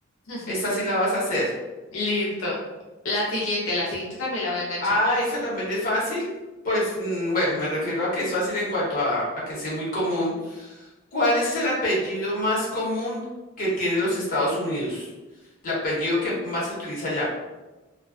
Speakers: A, on the left; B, on the left.
A: <laughs>
B: esta sí la vas a hacer.
A: Listo. La siguiente, la siguiente también la voy a enganchar.
B: Ah, esta también es fácil. Pues mm, bueno, me refiero a que es fácil en cuanto a, a que sea muy común. ¿Cuál es el apellido más común que tienen los Estados Unidos? El apellido que más se utiliza allá.